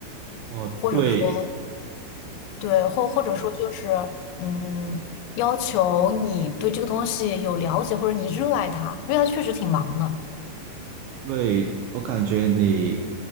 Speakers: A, on the right; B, on the left.
A: 哦，
B: 或者说
A: 对
B: 对，或或者说就是，嗯，要求你对这个东西有了解，或者你热爱它，因为它确实挺忙的。
A: 对，我感觉你